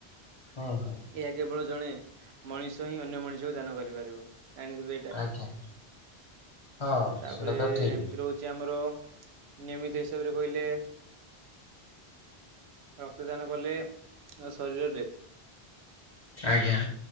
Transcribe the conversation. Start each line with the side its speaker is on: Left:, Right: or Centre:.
Left: ହଁ। ହଁ
Right: ଏହା କେବଳ ଜଣେ ମଣିଷ ହିଁ ଅନ୍ୟ ମଣିଷକୁ ଦାନ କରିପାରିବ ଜାଣିଥିବେ। ତା
Left: ଆଜ୍ଞା ହଁ
Right: ତାପରେ
Left: ସେଟା ତ ଠିକ
Right: ଏମିତି ରହୁଛି ଆମର ନିୟମିତ ହିସାବରେ କହିଲେ। ରକ୍ତଦାନ କଲେ ଶରୀରରେ
Left: ଆଜ୍ଞା।